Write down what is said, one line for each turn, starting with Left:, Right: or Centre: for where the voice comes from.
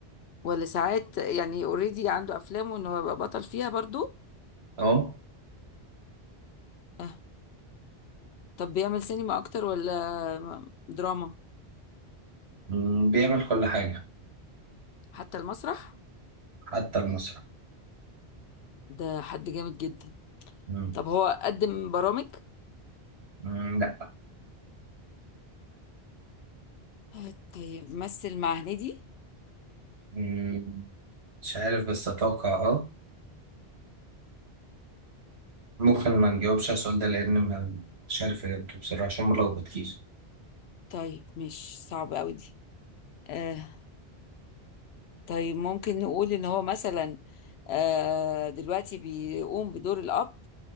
Left: ولا ساعات يعني اوريدي عنده افلامه ان هو يبقى بطل فيها برضو
Right: اه
Left: آه، طب بيعمل سينما اكتر ولا م- دراما
Right: مم، بيعمل كل حاجة
Left: حتى المسرح
Right: حتى المسرح
Left: ده حد جامد جدا
Right: مم،
Left: طب هو قدم برامج
Right: مم، لا
Left: آه، طيب مثل مع هنيدي
Right: مم، مش عارف بس أتوقع اه ممكن ما نجاوبش على السؤال ده لأن ما- مش عارف إجابته بصراحة عشان ملخبط كيس
Left: طيب مش صعب قوي دي آه، طيب ممكن نقول ان هو مثلا آه، دلوقتي بيقوم بدور الاب